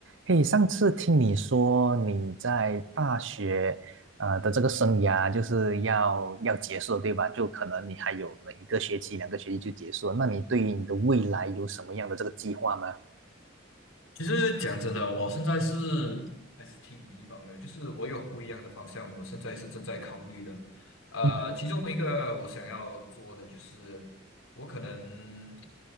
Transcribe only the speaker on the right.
嘿，上次听你说你在大学呃的这个生涯就是要要结束了，对吧？就可能你还有可能一个学期、两个学期就结束了。那你对于你的未来有什么样的这个计划吗？
嗯哼